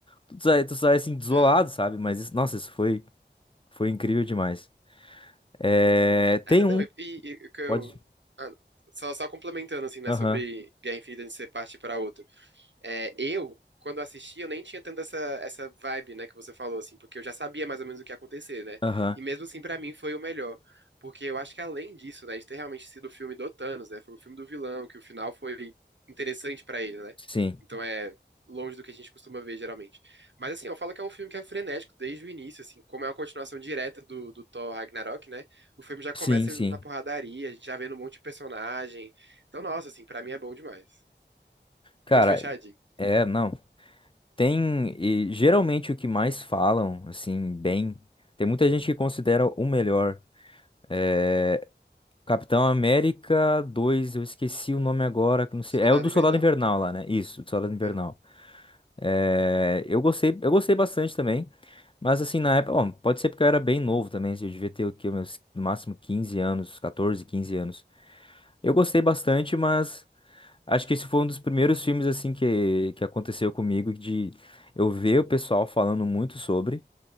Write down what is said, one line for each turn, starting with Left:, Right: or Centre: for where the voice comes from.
Left: Tu sai, tu sai assim, desolado,
Right: É.
Left: sabe? Mas, isso- nossa, isso foi, foi incrível demais. É, tem
Right: É,
Left: um.
Right: não, e, e- e o que eu.
Left: Pode.
Right: ah, só, só complementando, assim, né,
Left: Aham,
Right: sobre Guerra Infinita de ser parte para outro. É, eu, quando assisti, eu nem tinha tanto essa, essa vibe, né, que você falou, assim, porque eu já sabia mais ou menos o que ia acontecer, né?
Left: aham.
Right: E mesmo assim, pra mim, foi o melhor. Porque eu acho que além disso, né, de ter realmente sido o filme do Thanos, né? Foi o filme do vilão, que o final foi interessante pra ele, né?
Left: Sim,
Right: Então é longe do que a gente costuma ver, geralmente. Mas assim, eu falo que é um filme que é frenético desde o início, assim, como é uma continuação direta do, do Thor Ragnarok, né? O filme já começa
Left: sim, sim.
Right: ele na porradaria, a gente já vendo um monte de personagem. Então, nossa, assim, pra mim é bom demais.
Left: Cara,
Right: Muito fechadinho.
Left: é, não. Tem, e geralmente o que mais falam, assim, bem, tem muita gente que considera o melhor. É, Capitão América 2 eu esqueci o nome agora, que não sei,
Right: Soldado
Left: é o do
Right: Invernal.
Left: Soldado Invernal lá, né? Isso, do Soldado Invernal.
Right: É.
Left: É, eu gostei, eu gostei bastante também, mas assim, na época, bom, pode ser porque eu era bem novo também, assim, eu devia ter o quê, meus, no máximo 15 anos, 14, 15 anos. Eu gostei bastante, mas acho que esse foi um dos primeiros filmes, assim, que, que aconteceu comigo de eu ver o pessoal falando muito sobre.